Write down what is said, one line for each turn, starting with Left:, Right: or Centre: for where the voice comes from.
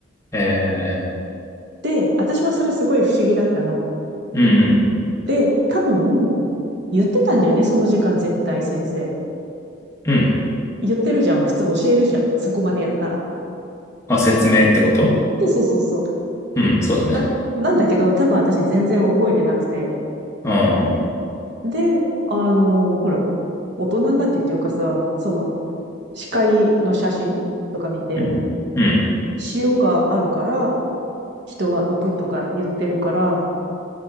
Left: え
Right: で、私はそれすごい不思議だったの。
Left: ー、うん
Right: で、多分、言ってたんだよね、その時間絶対先生。
Left: うん。うん。
Right: 言ってるじゃん、普通教えるじゃん、そこまでやったら。
Left: あ、説明ってこと
Right: そうそうそうそう。
Left: うん、そうだね。
Right: な、なんだけど、多分私全然覚えてなくて。
Left: うんうん。
Right: で、あの、ほら、大人になってっていうかさ、その、視界の写真とか見て、
Left: うん。うん。
Right: 塩があるから人は浮くとか言ってるから、